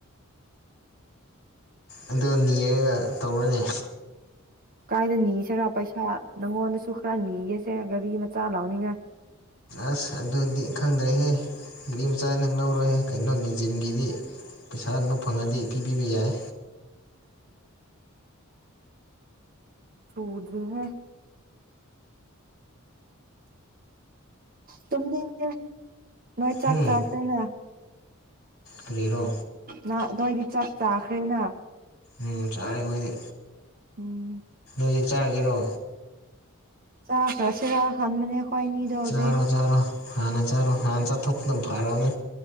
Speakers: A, on the left; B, on the right.
A: ꯑꯗꯨ ꯅꯤꯔꯔꯒ ꯇꯧꯔꯣꯅꯦ
B: ꯀꯥꯏꯗ ꯅꯤꯁꯤꯔꯥ ꯄꯩꯁꯥ ꯅꯪꯉꯣꯟꯗꯁꯨ ꯈꯔ ꯅꯤꯒꯦꯁꯦ ꯒꯥꯔꯤ ꯃꯆꯥ ꯂꯧꯅꯤꯡꯉꯥꯏ
A: ꯑꯁ ꯑꯗꯨꯗꯤ ꯈꯪꯗ꯭ꯔꯦꯍꯦ ꯒꯥꯔꯤ ꯃꯆꯥ ꯅꯪ ꯂꯧꯔꯍꯦ ꯀꯩꯅꯣꯒꯤ ꯖꯤꯝꯒꯤꯗꯤ ꯄꯩꯁꯥ ꯉ ꯐꯪꯉꯗꯤ ꯄꯤꯕꯤꯕ ꯌꯥꯏ
B: ꯁꯨꯗ꯭ꯔꯤꯍꯦ ꯇꯨꯝꯅꯤꯡꯉꯦ ꯅꯣꯏ ꯆꯥꯛ
A: ꯎꯝ
B: ꯆꯥꯥꯈ꯭ꯔꯦꯅ
A: ꯀꯔꯤꯔꯣ
B: ꯅ ꯅꯣꯏꯗꯤ ꯆꯥꯛ ꯇꯥꯈ꯭ꯔꯦꯅ
A: ꯎꯝ ꯆꯥꯔꯦ ꯑꯩꯈꯣꯏꯗꯤ
B: ꯎꯝ
A: ꯍꯖꯤꯛ ꯆꯥꯔꯒꯦꯔꯣ
B: ꯆꯥꯈ꯭ꯔꯁꯤꯔꯥ ꯈꯟꯕꯅꯦ ꯑꯩꯈꯣꯏ ꯑꯅꯤꯗꯣ ꯍꯧꯖꯤꯛ
A: ꯆꯥꯔꯣ ꯆꯥꯔꯣ ꯍꯥꯟꯅ ꯆꯥꯔꯣ ꯍꯥꯟꯅ ꯆꯥꯊꯣꯛꯄꯗꯨ ꯐꯔ ꯇꯧꯔꯦ